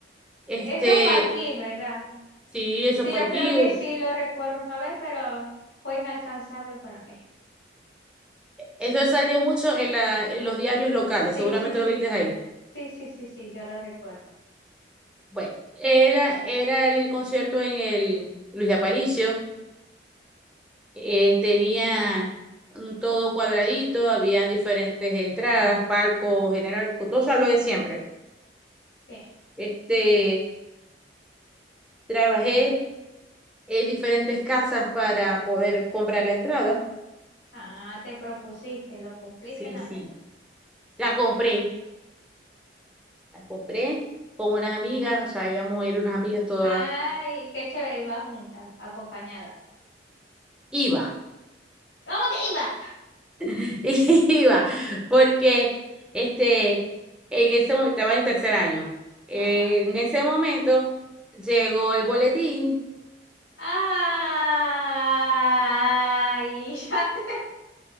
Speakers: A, in the centre; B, on the left.
A: Este,
B: Eso fue aquí, ¿verdad?
A: sí, eso
B: Sí,
A: fue
B: yo
A: aquí.
B: creo que sí lo recuerdo una vez, pero fue inalcanzable para mí.
A: Eso salió mucho en, la, en los diarios locales,
B: Sí,
A: seguramente
B: sí, sí,
A: lo viste
B: sí.
A: ahí.
B: Sí, sí, sí, sí, yo lo recuerdo.
A: Bueno, era, era el concierto en el Luis Aparicio. Eh, tenía un todo cuadradito, había diferentes entradas, palco, general, todo lo de siempre.
B: Bien.
A: Este, trabajé en diferentes casas para poder comprar la entrada.
B: Ah, te propusiste, lo cumpliste
A: Sí,
B: la
A: sí.
B: meta.
A: La compré, la compré con unas amigas, o sea, íbamos a ir unas amigas todas.
B: Ay, qué chévere, iba junta, acompañada.
A: Iba,
B: ¿Cómo que iba?
A: <laughs> iba, porque este, en ese momento, estaba en tercer año. En
B: Ajá.
A: ese momento llegó el boletín
B: Ay, <laughs> ya te...